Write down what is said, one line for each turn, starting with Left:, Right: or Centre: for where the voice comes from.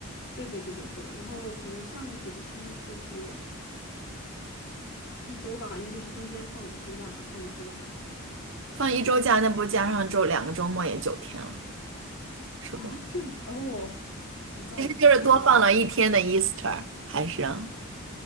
Left: 对对对对对，然后可能上个学期就是一周吧，因为就是中间放五天假嘛，放一周假。
Right: 放一周假，那不加上周两个周末也九天了。是不？
Left: 啊，这样子哦，有道理。
Right: 其实就是多放了一天的
Left: 但我
Right: Easter，还是啊